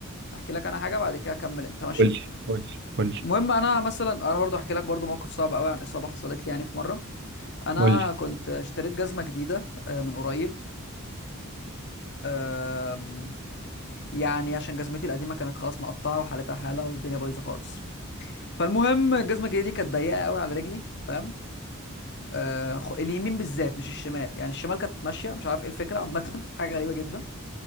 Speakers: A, on the left; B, on the right.
A: احكي لك انا حاجه بعد كده اكمل انت ماشي
B: قول لي قول لي قول لي
A: المهم انا مثلا انا برضو احكي لك برضو موقف صعب قوي عن اصابه حصلت لي يعني في مره انا
B: قول لي
A: كنت اشتريت جزمه جديده آه، من قريب آم، يعني عشان جزمتي القديمه كانت خلاص مقطعه وحالتها حاله والدنيا بايظه خالص فالمهم الجزمه الجديده دي كانت ضيقه قوي على رجلي فاهم آه، خ- اليمين بالذات مش الشمال يعني الشمال كانت ماشيه مش عارف ايه الفكره عامه <laughs> حاجه غريبه جدا